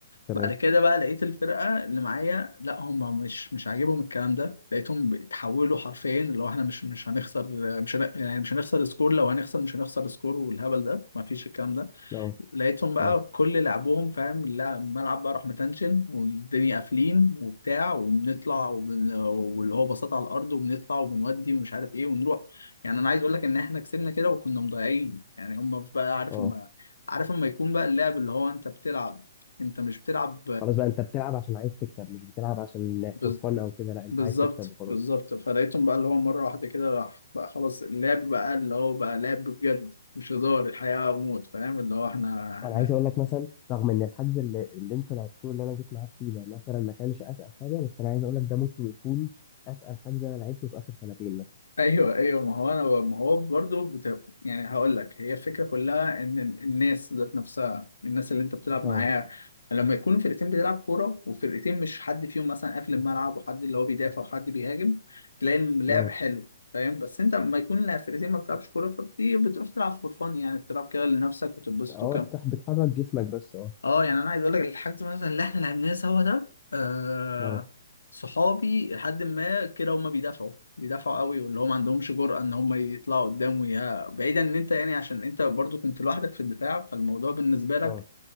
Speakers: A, on the left; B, on the left.
A: تمام
B: بعد كده بقى لقيت الفرقه اللي معايا لا هم مش مش عاجبهم الكلام ده لقيتهم بيتحولوا حرفيا اللي هو احنا مش مش هنخسر مش هن... يعني مش هنخسر سكور لو هنخسر مش هنخسر سكور والهبل ده مفيش الكلام ده
A: اه
B: لقيتهم بقى
A: اه
B: كل لعبهم فاهم اللع- الملعب بقى راح متنشن والدنيا قافلين وبتاع وبنطلع وبن... واللي هو بساط على الارض وبنطلع وبنودي ومش عارف ايه ونروح يعني انا عايز اقول لك ان احنا كسبنا كده وكنا مضيعين يعني هم بقى عارف
A: اه
B: اما عارف اما يكون بقى اللعب اللي هو انت بتلعب انت مش بتلعب
A: خلاص بقى انت بتلعب عشان عايز تكسب مش بتلعب عشان فور
B: بز...
A: فن او كده لا انت
B: بالظبط
A: عايز تكسب وخلاص
B: بالظبط فلقيتهم بقى اللي هو مرة واحدة كده راح بقى خلاص اللعب بقى اللي هو بقى لعب بجد مش هزار الحياة وموت فاهم اللي هو احنا
A: انا عايز اقول لك مثلا رغم ان الحجز اللي, اللي انتوا لعبتوه اللي انا جيت معاك فيه ده مثلا ما كانش اتقل حاجه بس انا عايز اقول لك ده ممكن يكون اتقل حجز انا لعبته في اخر سنتين مثلا
B: ايوه ايوه ما هو انا ب- ما هو برضه بت... يعني هقول لك هي الفكره كلها ان ال- الناس ذات نفسها الناس اللي انت بتلعب
A: اه
B: معاها لما يكون فرقتين بتلعب كوره وفرقتين مش حد فيهم مثلا قافل الملعب وحد اللي هو بيدافع وحد بيهاجم تلاقي اللعب
A: اه
B: حلو فاهم بس انت لما يكون لا فرقتين ما بتلعبش كوره فبتيجي بتروح تلعب فور فن يعني بتلعب كده لنفسك وتتبسط
A: اه بتح بتحرك جسمك بس اه
B: اه يعني انا عايز اقول لك الحاجات مثلا اللي احنا لعبناها سوا ده آه
A: اه
B: صحابي لحد ما كده هم بيدافعوا بيدافعوا قوي واللي هم ما عندهمش جرأة ان هم يطلعوا قدام ويا بعيدا ان انت يعني عشان انت برضو كنت لوحدك في الدفاع فالموضوع بالنسبة لك
A: اه